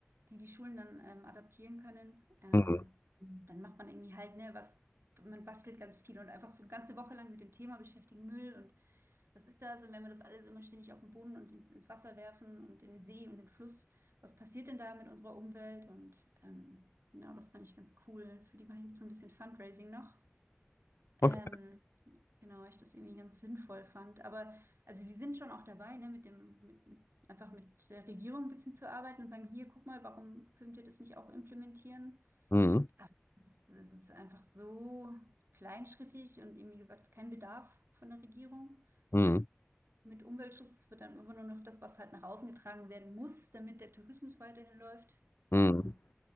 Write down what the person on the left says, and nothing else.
Mhm.
Okay.
Mhm.
Mhm.
Mhm.